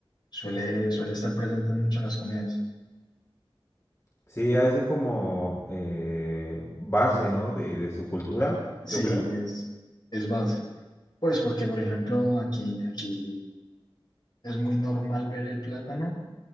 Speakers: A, on the left; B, on the left.
A: Suele, suele estar presente mucho en las comidas.
B: Sí, ha de ser como eh, base, ¿no? De, de su cultura,
A: Sí,
B: yo creo.
A: es, es base. Pues porque, por ejemplo, aquí, aquí es muy normal ver el plátano